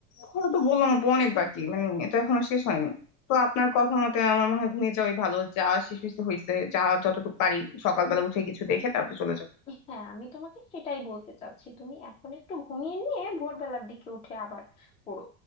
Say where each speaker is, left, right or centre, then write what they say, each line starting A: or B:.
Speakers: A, on the left (about 45°); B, on the left (about 15°).
A: পড়া তো বললাম আপু অনেক বাকি মানে এটা এখনো শেষ হয়নি তো আপনার কথা মতে আমার মনে হয় ঘুমিয়ে যাওয়াই ভালো যা শেষ হয়েছে হয়েছে যা যতটুকু পারি সকালবেলা উঠে কিছু দেখে তারপর চলে যাবো
B: হ্যাঁ আমি তোমাকে সেটাই বলতে চাচ্ছি তুমি এখন একটু ঘুমিয়ে নিয়ে ভোরবেলার দিকে উঠে আবার পড়ো